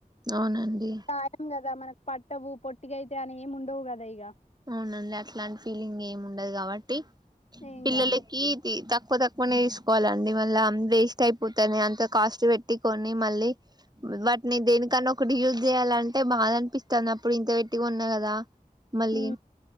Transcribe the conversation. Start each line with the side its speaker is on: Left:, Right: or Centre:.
Right: అవునండి
Left: టా ఏం గద మనక్ పట్టవు పొట్టిగెతై అని ఏమ్ ఉండవ్ గదా ఇగ
Right: అవునండి అట్లాంటి ఫీలింగ్ ఏమ్ ఉండదు కాబట్టి
Left: ఏం
Right: పిల్లలకిీ
Left: కాదు
Right: తీ త పొ తక్కువనే ఈస్కోవాలండి మళ్ళామ్ వేస్ట్ అయిపోతది అంత కాస్ట్ బెట్టి కొని మళ్ళీ వట్నీ దేనికన్నా ఒకటి యూజ్ జేయాలంటే బాద అనిపిస్తన్న అప్పుడు ఇంత బెట్టి కొన్నా కదా మళ్ళీ
Left: హ్మ్